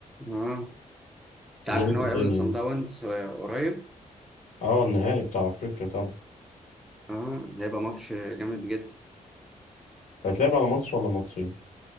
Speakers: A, in the centre; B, on the left.
A: اه أنت
B: ظابط
A: عارف إن هو
B: الدنيا
A: هيقابل صن
B: يعني
A: داونز قريب
B: اه النهائي بتاع افريقيا طبعا
A: اه هيبقى ماتش جامد جدا
B: هيتلعب على ماتش ولا ماتشين